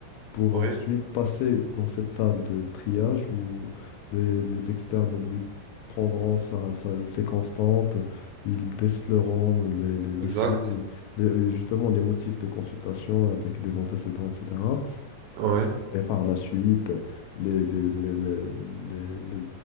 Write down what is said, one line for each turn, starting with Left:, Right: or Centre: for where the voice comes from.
Left: pour
Right: oui,
Left: ensuite passer dans cette salle de triage où les, les externes lui prendront sa, sa- ses constantes, ils déceleront les, les- les
Right: exact.
Left: signes, les- justement les motifs de consultation avec des antécédents, etc.
Right: Oui,
Left: Et par la suite, les, les, les, les- les- les-